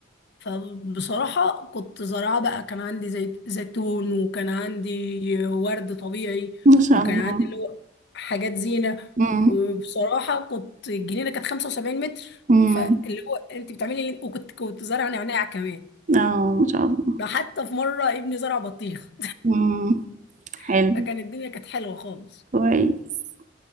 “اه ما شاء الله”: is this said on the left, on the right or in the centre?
Right